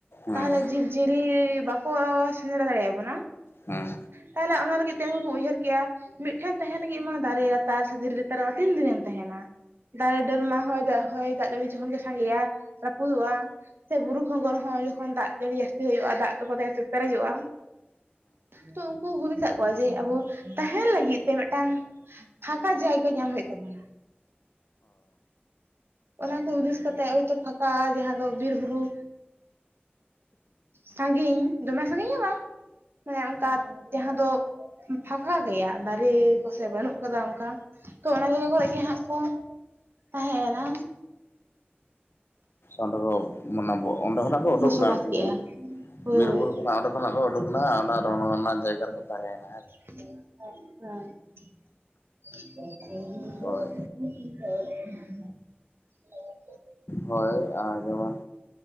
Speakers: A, on the left; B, on the right.
A: ᱚᱸᱰᱮ
B: ᱛᱟᱦᱚᱞᱮ ᱡᱤᱵᱽ-ᱡᱤᱭᱟᱹᱞᱤ ᱵᱟᱠᱚ ᱥᱮᱸᱫᱽᱨᱟ ᱫᱟᱲᱮ ᱭᱟᱵᱚᱱᱟ᱾
A: ᱦᱩᱸ
B: ᱛᱟᱦᱚᱞᱮ ᱚᱱᱟ ᱞᱟᱹᱜᱤᱫ ᱛᱮ ᱩᱱᱠᱩ ᱠᱚ ᱩᱭᱦᱟᱹᱨ ᱠᱮᱜ-ᱟ, ᱢᱤᱫᱴᱷᱮᱱ ᱛᱟᱦᱮᱸ ᱞᱟᱹᱜᱤᱫ ᱢᱟ ᱫᱟᱨᱮ ᱞᱟᱛᱟᱨ ᱥᱮ ᱫᱷᱤᱨᱤ ᱞᱟᱛᱟᱨ ᱛᱤᱱ ᱫᱤᱱᱮᱢ ᱛᱟᱦᱮᱱᱟ᱾ ᱫᱟᱨᱮ ᱰᱟᱹᱨᱢᱟ ᱦᱚᱭ ᱫᱟᱜ ᱦᱚᱭ ᱫᱟᱜ ᱡᱟᱹᱲᱤ ᱡᱚᱠᱷᱚᱱ ᱜᱮ ᱥᱟᱸᱜᱮᱜ-ᱟ ᱨᱟᱹᱯᱩᱫᱚᱜ-ᱟ᱾ ᱥᱮ ᱵᱩᱨᱩ ᱠᱷᱚᱸᱜᱚᱨ ᱦᱚᱸ ᱡᱚᱠᱷᱚᱱ ᱫᱟᱜ ᱡᱟᱹᱲᱤ ᱡᱟᱥᱛᱤ ᱦᱩᱭᱩᱜ-ᱟ ᱫᱟᱜ ᱠᱚ ᱛᱮ ᱯᱮᱨᱮᱡᱚᱜ-ᱟ᱾ ᱛᱚ ᱩᱱᱠᱩ ᱦᱩᱫᱤᱥ ᱟᱫ ᱠᱚᱣᱟ ᱡᱮ ᱟᱵᱚ ᱛᱟᱦᱮᱱ ᱞᱟᱹᱜᱤᱫ ᱛᱮ ᱢᱮᱫᱴᱟᱝ ᱯᱷᱟᱸᱠᱟ ᱡᱟᱭᱜᱟ ᱧᱟᱢ ᱦᱩᱭᱩᱜ ᱛᱟᱵᱚᱱᱟ᱾ ᱚᱱᱟ ᱠᱚ ᱦᱩᱫᱤᱥ ᱠᱟᱛᱮᱫ ᱦᱳᱭ ᱛᱳ ᱯᱷᱟᱠᱟ ᱡᱟᱦᱟᱸ ᱫᱚ ᱵᱤᱨ-ᱵᱩᱨᱩ ᱥᱟᱺᱜᱤᱧ ᱫᱚᱢᱮ ᱥᱟᱺᱜᱤᱧ ᱦᱚ ᱵᱟᱝ ᱢᱟᱱᱮ ᱚᱱᱠᱟ ᱡᱟᱦᱟᱸ ᱫᱚ ᱯᱷᱟᱠᱟ ᱜᱮᱭᱟ, ᱫᱟᱨᱮ ᱠᱚᱥᱮ ᱵᱟᱹᱱᱩᱜ ᱠᱟᱫᱟ ᱚᱱᱠᱟ ᱛᱚ ᱚᱱᱟ ᱡᱟᱭᱜᱟ ᱠᱚᱨᱮ ᱜᱮ ᱦᱟᱸᱜ ᱠᱚ ᱛᱟᱦᱮᱸᱭ ᱮᱱᱟ᱾
A: ᱚᱸᱰᱮ ᱫᱚ ᱢᱟᱱᱮ ᱚᱸᱰᱮ ᱠᱷᱚᱱᱟᱜ ᱠᱚ ᱩᱰᱩᱠᱱᱟ
B: ᱵᱚᱥᱚᱵᱟᱥ
A: ᱟᱨᱠᱤ
B: ᱠᱮᱜᱼᱟ ᱦᱳᱭ
A: ᱵᱤᱨ-ᱵᱩᱨᱩ
B: ᱦᱳᱭ
A: ᱠᱷᱚᱱᱟᱜ ᱚᱸᱰᱮ ᱠᱷᱚᱱᱟᱜ ᱠᱚ ᱳᱰᱳᱠ ᱮᱱᱟ ᱚᱱᱟ ᱨᱚᱱᱚ ᱨᱮᱱᱟᱜ ᱡᱟᱭᱜᱟ ᱨᱮᱠᱚ ᱛᱟᱦᱮᱸᱭ ᱮᱱᱟ᱾
B: ᱦᱮᱸ <inaudible>
A: ᱦᱳᱭ
B: <inaudible>
A: ᱦᱳᱭ ᱟᱨ ᱡᱮᱢᱚᱱ